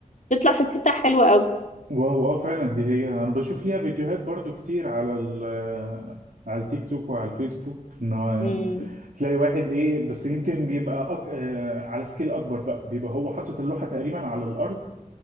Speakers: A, on the left; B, on the right.
A: تطلع فكرتها حلوه قوي
B: واو اه فعلا دي هي انا بشوف ليها فيديوهات برضو كتير على ال على التيك توك وعلى الفيسبوك ان هو
A: امم
B: تلاقي واحد ايه بس يمكن بيبقى أك... آه، على سكيل اكبر بقى بيبقى هو حاطط اللوحة تقريبا على الارض